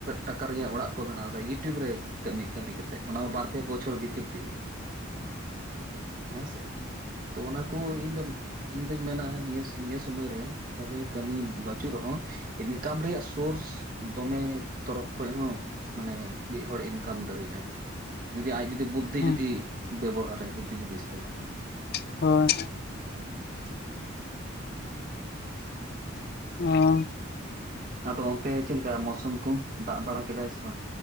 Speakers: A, on the right (about 45°); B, on the left (about 50°).
A: ᱴᱟᱠᱟ ᱨᱮ <inaudible> ᱚ ᱨᱮᱭᱟᱜ ᱚᱲᱟᱜ ᱠᱚ ᱵᱮᱱᱟᱣ ᱮᱫᱟ ᱤᱭᱩᱴᱩᱵᱽ ᱨᱮ ᱠᱟᱹᱢᱤ ᱠᱟᱹᱢᱤ ᱠᱟᱛᱮᱫ, ᱚᱱᱟᱦᱚ ᱵᱟᱨ ᱯᱮ ᱵᱚᱪᱷᱚᱨ ᱵᱷᱤᱛᱤᱨ ᱛᱮᱜᱮ ᱾ ᱦᱮᱸᱥᱮ ᱛᱚ ᱚᱱᱟ ᱠᱚ ᱤᱧ ᱫᱚ ᱤᱧ ᱫᱩᱧ ᱢᱮᱱᱟ ᱱᱤᱭᱟᱹ ᱱᱤᱭᱟᱹ ᱥᱩᱢᱚᱭ ᱨᱮ, ᱵᱷᱟᱞᱮ ᱠᱟᱹᱢᱤ ᱵᱟᱹᱪᱩᱜ ᱨᱮᱦᱚᱸ ᱤᱱᱠᱟᱢ ᱨᱮᱭᱟᱜ ᱥᱳᱨᱥ ᱫᱚᱢᱮ ᱛᱚᱨᱚᱯᱷ ᱠᱷᱚᱡ ᱦᱚᱸ ᱢᱟᱱᱮ ᱢᱤᱫ ᱦᱚᱲ ᱤᱱᱠᱟᱢ ᱫᱟᱲᱮᱜᱟᱭ ᱡᱩᱫᱤ ᱟᱡ ᱡᱩᱫᱤ ᱵᱩᱫᱽᱫᱷᱤ
B: ᱦᱳᱭ
A: ᱡᱩᱫᱤ ᱵᱮᱵᱚᱦᱟᱨ ᱟᱭ ᱵᱩᱫᱽᱫᱷᱤ ᱡᱩᱫᱤ ᱤᱥᱛᱮᱢᱟᱞᱟᱭ ᱾
B: ᱦᱳᱭ ᱾ ᱚ᱾
A: ᱟᱫᱚ ᱚᱱᱛᱮ ᱪᱮᱫ ᱞᱮᱠᱟ ᱢᱳᱥᱩᱢ ᱠᱚ ᱫᱟᱜ ᱵᱟᱲᱟ ᱠᱮᱫᱟᱭ ᱥᱮ ᱵᱟᱝ?